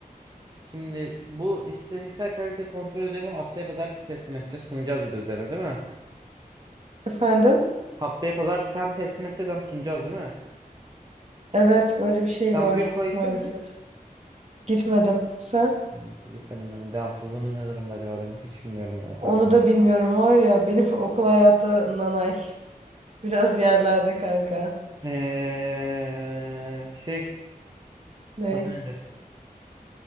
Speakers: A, on the right; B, on the right.
A: Şimdi bu istatistiksel kalite kontrol ödevi haftaya pazartesi teslim edeceğiz. Sunacağız bir de üzerine değil mi?
B: Efendim?
A: Haftaya pazartesi hem teslim edeceğiz hem sunacağız değil mi?
B: Evet, öyle bir şey
A: Sen
B: var
A: bugün okula gittin
B: maalesef.
A: mi?
B: Gitmedim. Sen?
A: Hı, gitmedim ben. Devamsızlığımız ne durumda acaba benim? Hiç bilmiyorum. ya,
B: Onu
A: Bak.
B: da bilmiyorum var ya. Benim <laughs> okul hayatı nanay. Biraz yerlerde kanka.
A: Ee, şey
B: Ney?
A: adı nedir?